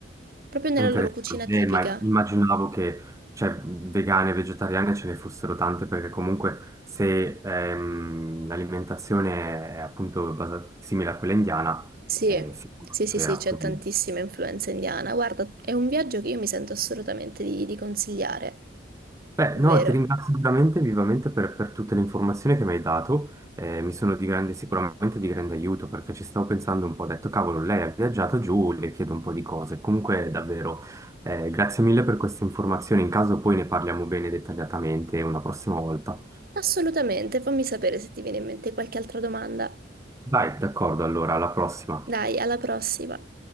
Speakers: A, on the right (about 55°); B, on the right (about 15°).
A: proprio nella
B: Interessante,
A: loro cucina
B: eh,
A: tipica.
B: ma immaginavo che cioè, vegane e vegetariane ce ne fossero tante perché comunque se ehm, l'alimentazione è appunto basa- simile a quella indiana,
A: Sì,
B: eh, sicuro
A: sì, sì,
B: c'era,
A: sì, c'è
B: quindi...
A: tantissima influenza indiana. Guarda, è un viaggio che io mi sento assolutamente di, di consigliare,
B: Beh,
A: davvero.
B: no, ti ringrazio veramente vivamente per, per tutte le informazioni che mi hai dato, eh, mi sono di grande, sicuramente di grande aiuto perché ci stavo pensando un po', ho detto cavolo, lei ha viaggiato giù, le chiedo un po' di cose, comunque davvero eh, grazie mille per queste informazioni, in caso poi ne parliamo bene dettagliatamente una prossima volta.
A: Assolutamente, fammi sapere se ti viene in mente qualche altra domanda.
B: Dai, d'accordo, allora, alla prossima.
A: Dai, alla prossima.